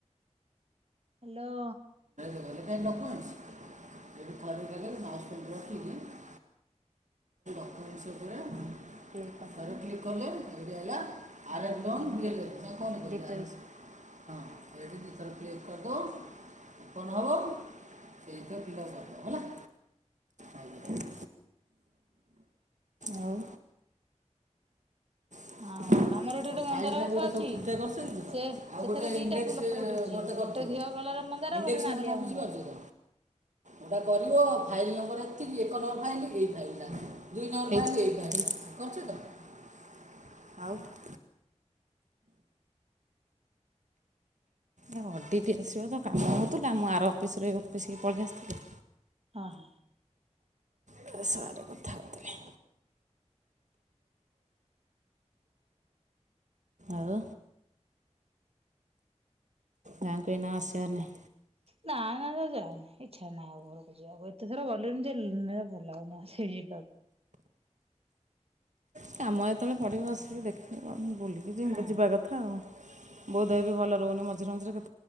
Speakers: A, on the right; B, on the right.
A: ହ୍ୟାଲୋ
B: ହେଲେ କାଁ ଡକ୍ୟୁମେଣ୍ଟଣ୍ ରଖିକି <unintelligible> ପୁଣି ସେ ପୁୁରେ କ୍ଲିକ କର ଆଇଆ ହେଲା ଆ ଲଣ <unintelligible> ହଁ ଏଠି ଦି ଥର କ୍ଲିକ କରିଦଉ କଣ ହବ ଏଇଟା ଫିଲପ କରି ଦବ ହେଲା। ଆଜ୍ଞା ଆଉ ସବୁ
A: ଆଉ କଣ ଆମର ଏଠି ଗୋଟେ
B: ଫାଇଲ
A: ମନ୍ଦାର
B: ଫାଇଲ
A: ଗଛ
B: ଗୋଟେ
A: ଅଛି।
B: ସବୁ ଠିକ ଠାକ କରିସାରିଛୁ ତ
A: ସେ
B: ଆଉ
A: ସେଥିରେ
B: ଗୋଟେ
A: ଦିଟା
B: ଇଣ୍ଡେକ୍ସ
A: ଫୁଲ ଫୁଟୁଛି
B: ଗୋଟେ କର ଥିବ
A: ଘିଅ କଲର ମନ୍ଦାର
B: ଇଣ୍ଡେକ୍ସ
A: ଗୋଟେ ନାଲିଆ
B: ମାନେ କଣ ବୁଝି
A: ମନ୍ଦାର
B: ପାରୁଛ ତ? ଏଟା କରିଲୁ ଫାଇଲ୍ ନମ୍ବର ଏତିକି ଏକ ନମ୍ବର ଫାଇଲ୍ ଏଇ ଫାଇଲ୍ ଟା। ଦୁଇ ନମ୍ବର ଫାଇଲ୍ ଏଇଟା କରୁଛ ତ ଆଉ? ଆ ଅଡ଼ିଟ୍ ଆସିବ ତ କାମ ହଉଥିଲା। ମୁଁ ଆର ଅଫିସରେ ଅଫିସ୍ କି ପଳେଇ ଆସିଥିଲି।
A: ହଁ ହଁ
B: ତ ସାରେ କଥା ହଉଥିଲି। ଆଉ ଗାଁକୁ ଏଇନା ଆସିବନି?
A: ନାଇ ନାଇ ବି ଯାଏନି ଇଚ୍ଛା ନାହିଁ ଆଉ ଘରକୁ ଯିବାକୁ ଏତେ ଥର ଗଲେଣି ଯେ ଲ ଏ ଭଲ ଲାଗୁନି ଆ ସେ ଯିବାକୁ।
B: କାମ ଯେତେବେଳେ ପଢ଼ିବ ଆସିକି ଦେଖିକି ବୁଲିବି ଯେ
A: ହଁ।
B: ଯିବା କଥା। ଥାଉ ବୋଉ ଦେହ ବି ଭଲ ରହୁନି ମଝିରେ ମଝିରେ କେତେ।